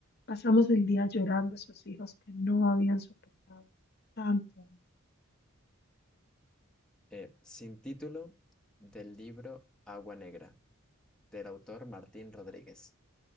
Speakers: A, on the left; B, in the centre.
A: Pasamos el día llorando a esos hijos que no habían soportado tanto.
B: Eh, sin título del libro Agua Negra, del autor Martín Rodríguez.